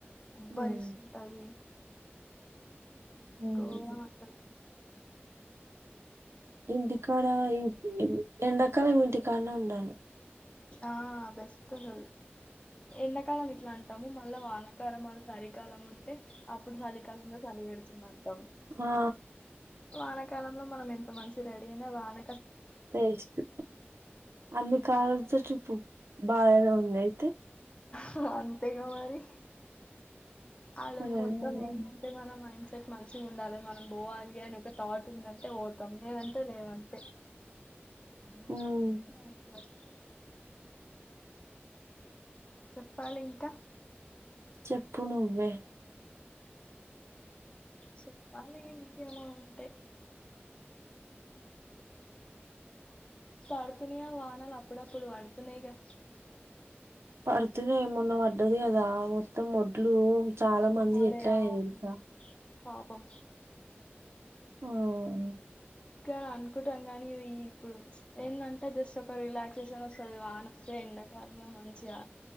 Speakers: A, on the left; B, on the right.
A: ఊబరిస్తుంటది
B: హ్మ్ హ్మ్
A: గోరం అసలు
B: ఇంటి కాడ ఈ ఈ ఎండాకాలం ఇంటికడ్నే ఉండాలి
A: ఆహ్ బెస్ట్ అసలు ఎండాకాలం ఇట్లా అంటాము మళ్ళా వానకాల వాళ్ సరికాలం ఉంట అంటే అప్పుడు చలికాలంలో చలి పెడుతుంది అంటాం
B: ఆ
A: వానకాలంలో మనం ఎంత మంచి రెడీ అయినా వాన
B: బేస్ట్ ఎన్నిక ప్పు బాగానే ఉం రాయితే
A: అ అంతేగా మరి అల్లా
B: సరేలేరా.
A: మొత్తం ఏమంటే మన మైండ్ మంచిగా ఉండాలి మనం పోవాలి అని ఒక థాట్ ఉందంటే పోతాం. లేదంటే లేదంటే <unintelligible>
B: ఉమ్
A: చెప్పాలి ఇంకా
B: చెప్పు నువ్వే
A: చెప్పాలి ఇంకేం ఉంటాయి పడుతున్నాయా వానలు అప్పుడప్పుడు పడుతున్నాయిగా.
B: పడుతున్నాయి మొన్న పడ్డది. కదా మొత్తం వడ్లు చాలా మంది
A: మరే
B: ఎట్ల
A: అవును
B: అయినా తెలుసా
A: పాపం
B: ఆఓ
A: కా అనుకుంటాం కానీ ఇ ఇప్పుడు ఏంటంటే జస్ట్ ఒక రిలాక్సేషన్ వస్తుంది. వానవస్తే ఎండాకాలంలో మంచిగా